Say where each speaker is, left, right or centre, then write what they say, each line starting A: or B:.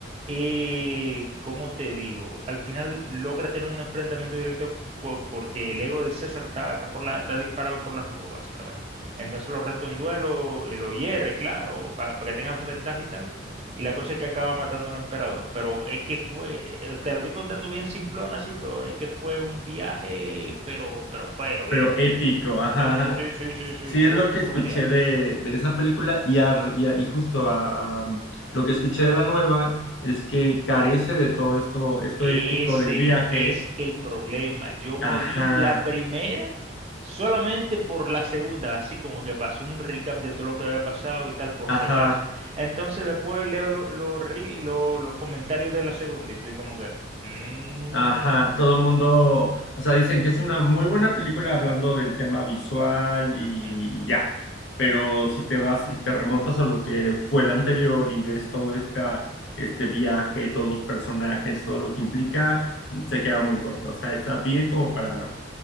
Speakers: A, on the right; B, on the left.
A: eh, ¿cómo te digo? Al final logra tener un enfrentamiento directo po- porque el ego del César está, está por la, está disparado por las nubes, básicamente. Entonces lo reta a un duelo, y lo hierre, claro, para, que tenga desventaja y tal. Y la cosa es que acaba matando al emperador. Pero es que fue, eh, te lo estoy contando bien simplón así, pero es que fue un viaje, pero, pero feo, viejo.
B: pero épico, ajá,
A: Sí, sí,
B: ajá.
A: sí, sí, sí, sí,
B: Sí,
A: estuvo,
B: es lo que
A: estuvo
B: escuché
A: genial.
B: de, de esa película y, ar- y, a- y justo a, a, um, lo que escuché de la nueva es que carece de todo esto, esto
A: Ese
B: épico del viaje.
A: es el problema. Yo me
B: Ajá,
A: vi la primera solamente por la segunda, así como que pasé un recap de todo lo que había pasado y tal, por
B: ajá.
A: si acaso. Entonces después leo lo- lo ri- lo- los comentarios de la segunda y estoy como que... "Mm,
B: Ajá, todo el mundo, o sea, dicen que es una muy buena película hablando del tema visual y,
A: ujú,
B: y ya, pero si te vas y te remontas a lo que fue la anterior y ves todo esta, este viaje, todos los personajes, todo lo que implica, se queda muy corta, o sea, está bien como para, a-